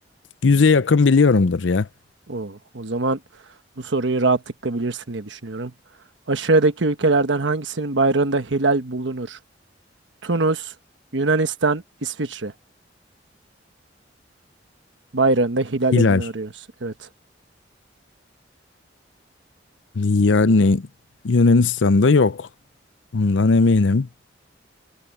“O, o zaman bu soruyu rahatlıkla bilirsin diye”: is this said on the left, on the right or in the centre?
Right